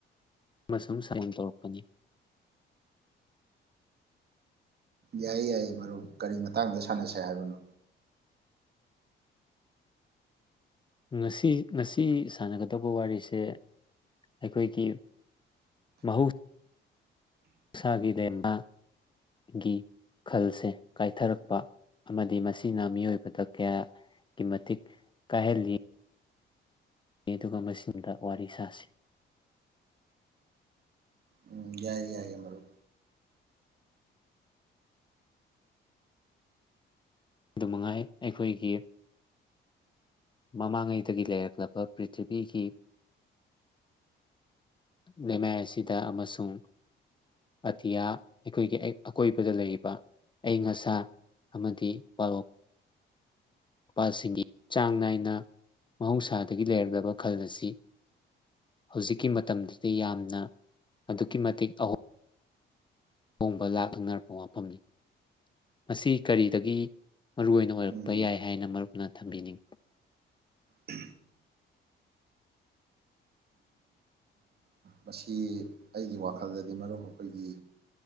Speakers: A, on the left (about 25°); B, on the right (about 55°).
A: ꯃꯁꯨꯝ ꯁꯥꯏꯟ ꯇꯧꯔꯛꯄꯅꯤ
B: ꯌꯥꯏꯌꯦ ꯌꯥꯏꯌꯦ ꯃꯔꯨꯞ ꯀꯔꯤ ꯃꯇꯥꯡꯗ ꯁꯥꯟꯅꯁꯦ ꯍꯥꯏꯕꯅꯣ
A: ꯉꯁꯤ ꯉꯁꯤ ꯁꯥꯟꯅꯒꯗꯧꯕ ꯋꯥꯔꯤꯁꯦ ꯑꯩꯈꯣꯏꯒꯤ ꯃꯍ ꯎꯁꯥꯒꯤ ꯂꯩꯃꯒꯤ ꯈꯜꯁꯦ ꯀꯥꯏꯊꯔꯛꯄ ꯑꯃꯗꯤ ꯃꯁꯤꯅ ꯃꯤꯑꯣꯏꯕꯗ ꯀꯌꯥꯒꯤ ꯃꯇꯤꯛ ꯀꯥꯏꯍꯜꯂꯤ ꯑꯗꯨꯒꯨꯝꯕꯁꯤꯡꯗ ꯋꯥꯔꯤ ꯁꯥꯁꯤ
B: ꯎꯝ ꯌꯥꯏꯌꯦ ꯌꯥꯏꯌꯦ ꯃꯔ
A: ꯑꯗꯨ ꯃꯉꯥꯏ ꯑꯩꯈꯣꯏꯒꯤ ꯃꯃꯥꯡꯉꯩꯗꯒꯤ ꯂꯩꯔꯛꯂꯕ ꯄ꯭ꯔꯤꯊꯤꯕꯤꯒꯤ ꯂꯩꯃꯥꯏ ꯑꯁꯤꯗ ꯑꯃꯁꯨꯡ ꯑꯇꯤꯌꯥ ꯑꯩꯈꯣꯏꯒꯤ ꯑꯀꯣꯏꯕꯗ ꯂꯩꯔꯤꯕ ꯑꯏꯪ ꯑꯁꯥ ꯑꯃꯗꯤ ꯄꯔꯣꯛ ꯃꯄꯥꯜꯁꯤꯡꯒꯤ ꯆꯥꯡ ꯅꯥꯏꯅ ꯃꯍꯧꯁꯥꯗꯒꯤ ꯂꯩꯔꯛꯂꯕ ꯈꯜ ꯑꯁꯤ ꯍꯧꯖꯤꯛꯀꯤ ꯃꯇꯝꯗꯗꯤ ꯌꯥꯝꯅ ꯑꯗꯨꯛꯀꯤ ꯃꯇꯤꯛ ꯑꯍ ꯑꯍꯣꯡꯕ ꯂꯥꯛꯅꯔꯛꯄ ꯋꯥꯐꯝꯅꯤ ꯃꯁꯤ ꯀꯔꯤꯗꯒꯤ ꯃꯔꯨꯑꯣꯏ ꯑꯣꯏꯅ ꯑꯣꯏꯔꯛꯄ
B: ꯎꯝ
A: ꯌꯥꯏ ꯍꯥꯏꯅ ꯃꯔꯨꯞꯅ ꯊꯝꯕꯤꯅꯤꯡꯉꯤ
B: ꯎ ꯃꯁꯤ ꯑꯩꯒꯤ ꯋꯥꯈꯜꯗꯗꯒꯤ ꯃꯔꯨꯞ ꯑꯩꯈꯣꯏꯒꯤ